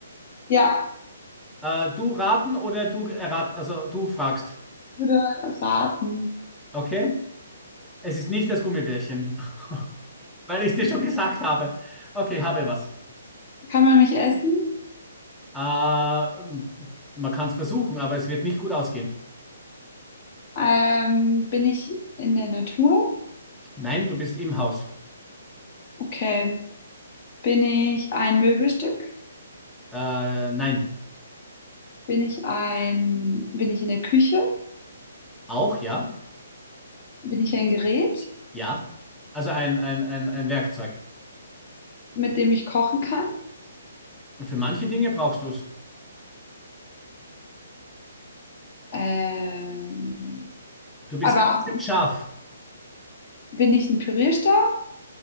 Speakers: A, on the left (about 40°); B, in the centre.
A: Ja,
B: Äh, du raten oder du errat, also du fragst.
A: ich würde raten.
B: Okay? Es ist nicht das Gummibärchen, <laughs> weil ich dir schon gesagt habe. Okay, habe was.
A: Kann man mich essen?
B: Äh, m- man kann es versuchen, aber es wird nicht gut ausgehen.
A: Ähm, bin ich in der Natur?
B: Nein, du bist im Haus.
A: Okay. Bin ich ein Möbelstück?
B: Äh, nein.
A: Bin ich ein, bin ich in der Küche?
B: Auch ja.
A: Bin ich ein Gerät,
B: Ja. Also ein, ein, ein, ein Werkzeug.
A: mit dem ich kochen kann?
B: Für manche Dinge brauchst du es.
A: Ähm,
B: Du bist
A: aber
B: ganz schön scharf.
A: bin ich ein Pürierstab?